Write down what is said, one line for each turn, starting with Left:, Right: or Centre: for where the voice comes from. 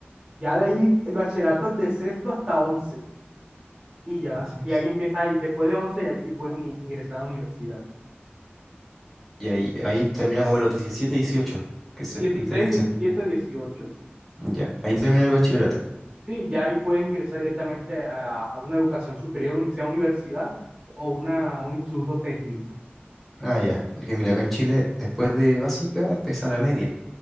Right: Ya de ahí el bachillerato es de sexto hasta once Y ya,
Centre: Sexto.
Right: y ahí empieza, ahí, después de once y ahí sí puedes ni- ingresar a la universidad.
Centre: Y ahí, ahí termina como a los 17 18 que se,
Right: dieciséis
Centre: me estarías diciendo.
Right: diecisiete dieciocho sí.
Centre: Ya, ahí termina el bachillerato.
Right: Sí, ya ahí puedes ingresar directamente a, a una educación superior, un- sea universidad o una, un instituto técnico.
Centre: Ah, ya, porque mira, acá en Chile, después de básica, empieza la media,